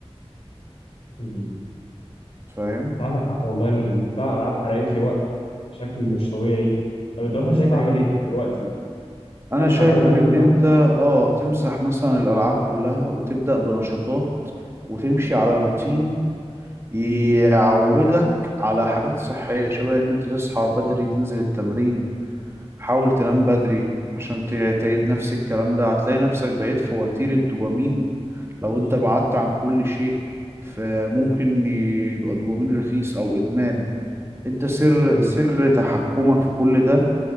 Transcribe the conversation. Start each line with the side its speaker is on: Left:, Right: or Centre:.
Left: مهم.
Right: فاهم
Left: انت عندك حق والله ال- فعلا الالعاب حرقت لي وقت بشكل مش طبيعي طب انت مثلا شايف
Right: ده
Left: اعمل ايه دلوقتي يعني
Right: انا
Left: امسح
Right: شايفك
Left: الالعاب اللي عندي
Right: ان
Left: كلها
Right: انت اه تمسح مثلا الالعاب كلها وتبدا بنشاطات وتمشي على روتين يعودك على حاجات صحيه شبه ان انت تصحى بدري تنزل التمرين حاول تنام بدري عشان ت- تعيد نفس الكلام ده هتلاقي نفسك بقيت في وتيره دوبامين لو انت بعدت عن كل شيء فممكن يبقى دوبامين رخيص او ادمان انت سر
Left: مهم.
Right: سر تحكمك في كل ده